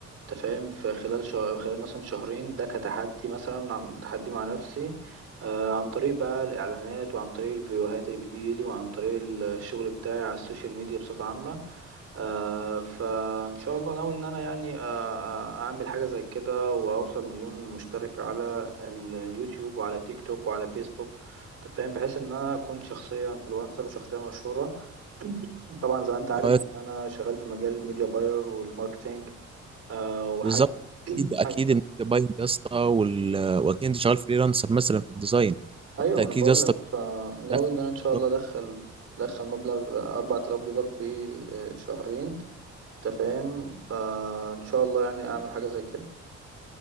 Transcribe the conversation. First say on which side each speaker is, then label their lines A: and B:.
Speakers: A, on the right; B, on the right.
A: تفاهم في خلال شهر خلال مثلا شهرين ده كتحدي مثلا عم تحدي مع نفسي آه، عن طريق بقى الإعلانات وعن طريق الفيديوهات اللي بتجيلي وعن طريق الشغل بتاعي على السوشيال ميديا بصفة عامة آه فإن شاء الله ناوي إن أنا يعني آه آه، أعمل حاجة زي كده وأوصل لمليون مشترك على اليوتيوب وعلى تيك توك وعلى فيسبوك أنت فاهم بحيث إن أنا أكون شخصية إنفلونسر وشخصية مشهورة <clears throat> طبعا زي ما أنت عارف
B: آه،
A: إن أنا شغال في مجال الميديا باير والماركتينج آه وحاجة
B: بالظبط
A: <clears throat>
B: اكيد اكيد
A: حاجة
B: ان انت باين يا اسطى وال... واكيد انت شغال فريلانسر مثلا في الديزاين
A: أيوه
B: فانت اكيد
A: أنا بقول
B: يا اسطى
A: لك فناوي
B: بتدخل
A: إن أنا إن شاء
B: ده
A: الله أدخل أدخل مبلغ 4000 دولار في آه، شهرين أنت فاهم فإن شاء الله يعني أعمل حاجة زي كده